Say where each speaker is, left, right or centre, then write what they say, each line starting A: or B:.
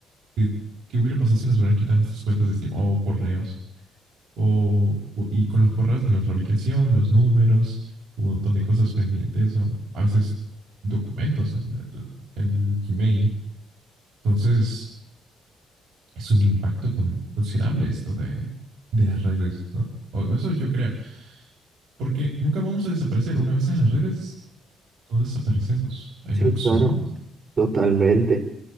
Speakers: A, on the right (about 80°); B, on the right (about 40°).
A: de qué hubiera pasado si nos hubieran quitado nuestras cuentas de Steam o correos. O, o- y con los correos tenemos la ubicación, los números, un montón de cosas pendientes, o a veces documentos en el, en el Gmail. Entonces, es un impacto con- considerable esto de, de las redes, ¿no? O eso yo creo, porque nunca vamos a desaparecer. Una vez en las redes, no desaparecemos en
B: Sí,
A: absoluto.
B: claro, totalmente.